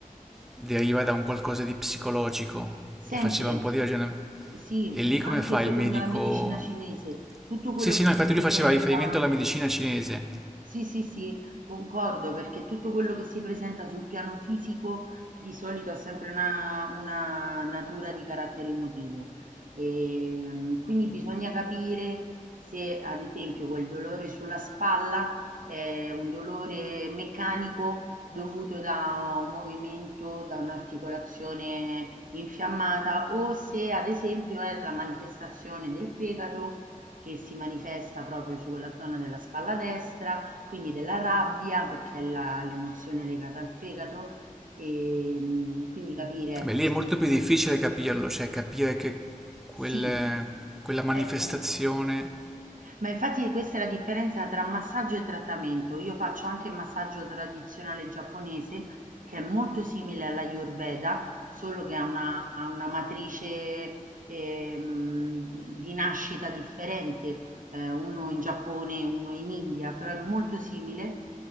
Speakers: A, in the centre; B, on the right (about 70°).
A: deriva da un qualcosa di psicologico
B: sempre
A: e faceva un po' di ragionamento.
B: sì,
A: E
B: mi
A: lì come
B: anche
A: fa
B: secondo
A: il medico?
B: la medicina cinese, tutto
A: Sì,
B: quello
A: sì,
B: che
A: no, infatti
B: si presenta
A: lui faceva riferimento alla medicina cinese.
B: Sì, sì, sì, concordo perché tutto quello che si presenta sul piano fisico di solito ha sempre una, una natura di carattere emotivo. E, mm, quindi bisogna capire se, ad esempio, quel dolore sulla spalla è un dolore meccanico dovuto da un movimento, da un'articolazione infiammata o se, ad esempio, è la manifestazione del fegato che si manifesta proprio sulla zona della spalla destra quindi della rabbia, perché è la l'emozione legata al fegato, ehm, quindi capire ecco
A: Beh, lì
B: se
A: è molto più difficile capirlo, cioè capire che quel-
B: sì,
A: quella manifestazione
B: eh, eh. Ma infatti questa è la differenza tra massaggio e trattamento. Io faccio anche massaggio tradizionale giapponese, che è molto simile all'Ayurveda, solo che ha una, ha una matrice ehm, di nascita differente, eh, uno in Giappone e uno in India, però è molto simile,